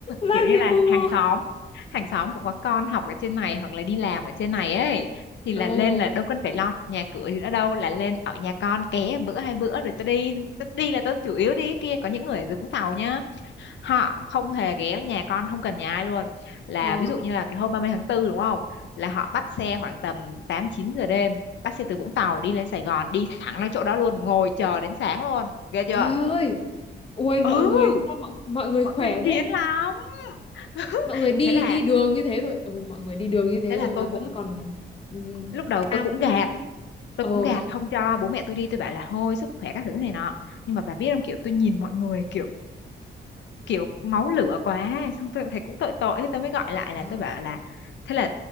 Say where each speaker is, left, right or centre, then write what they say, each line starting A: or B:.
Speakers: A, on the left; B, on the left.
A: bác
B: kiểu như
A: bị
B: là
A: FOMO.
B: hàng xóm hàng xóm cũng có con học ở trên này hoặc là đi làm ở trên này ấy thì là
A: Ồ,
B: lên là đâu cần phải lo nhà cửa gì nữa đâu là lên ở nhà con ké bữa hai bữa rồi tao đi tao đi là tao chủ yếu đi cái kia có những người ở dưới Vũng Tàu nhá họ không hề ghé nhà con không cần nhà ai luôn là
A: ờ,
B: ví dụ như là cái hôm 30 tháng 4 đúng không là họ bắt xe khoảng tầm 8 9 giờ đêm bắt xe từ Vũng Tàu đi lên Sài Gòn đi thẳng lên chỗ đó luôn ngồi chờ đến sáng luôn ghê chưa
A: trời ơi. Ui, mọi
B: ừ
A: người, sao mọi, mọi người
B: mọi
A: khỏe
B: người
A: thế?
B: chiến lắm <laughs>
A: mọi người đi
B: thế là
A: đi đường như thế rồi ôi mọi người đi đường như thế
B: thế là
A: rồi
B: tôi
A: mà
B: cũng
A: vẫn còn ừm,
B: lúc đầu
A: cam
B: tôi cũng
A: <laughs>
B: gạt tôi
A: ồ
B: cũng gạt không cho bố mẹ tôi đi tôi bảo là thôi sức khỏe các thứ này nọ nhưng mà bà biết không kiểu tôi nhìn mọi người kiểu kiểu máu lửa quá xong tôi cũng thấy cũng tội tội thế tôi mới gọi lại
A: ờ,
B: là tôi bảo là thế là